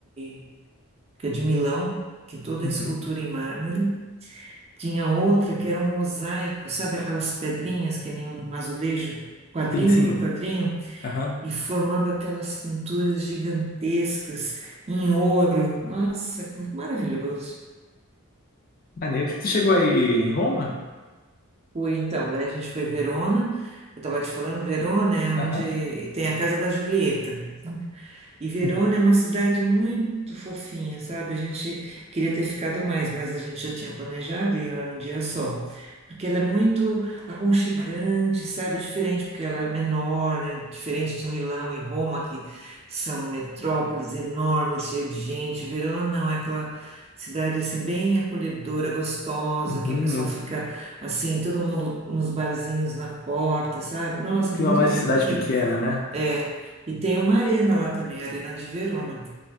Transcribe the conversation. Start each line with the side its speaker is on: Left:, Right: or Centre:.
Right: de, que é de Milão, que é toda
Left: uhum.
Right: escultura em mármore. Tinha outra que era um mosaico, sabe aquelas pedrinhas que nem um azulejo, quadrinho
Left: Sim, sim.
Right: por quadrinho,
Left: Aham.
Right: e formando aquelas pinturas gigantescas em ouro. Nossa, que maravilhoso.
Left: Maneiro. Você chegou aí em Roma?
Right: Fui então, daí a gente foi em Verona. Eu estava te falando, Verona é onde
Left: Aham.
Right: tem a Casa da Julieta. E Verona
Left: Uhum.
Right: é uma cidade muito fofinha, sabe? A gente queria ter ficado mais, mas a gente já tinha planejado e era um dia só. Porque ela é muito aconchegante, sabe? Diferente, porque ela é menor, né? Diferente de Milão e Roma, que são metrópoles enormes, cheias de gente. Verona não, é aquela cidade assim bem acolhedora, gostosa, que
Left: uhum.
Right: o pessoal fica assim, todo mundo nos barzinhos na porta, sabe? Nossa,
Left: Clima
Right: muito
Left: mais
Right: lindo.
Left: de cidade
Right: E
Left: pequena, né?
Right: é, e tem uma arena lá também, a Arena de Verona,